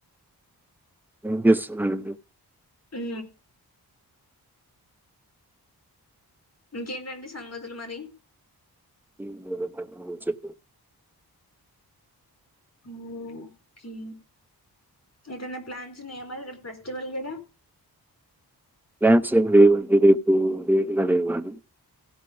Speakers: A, in the centre; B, on the left.
A: వినిపిస్తోంది
B: ఊ ఇంకేంటండి సంగతులు మరి
A: ఏం లేదండి మీరే చెప్పాలి
B: ఓకే ఎటన్నా ప్లాన్స్ ఉన్నయా మరి రేపు ఫెస్టివల్ కదా
A: ప్లాన్స్ ఏం లేవండి రేపు లేటుగా లేవాలి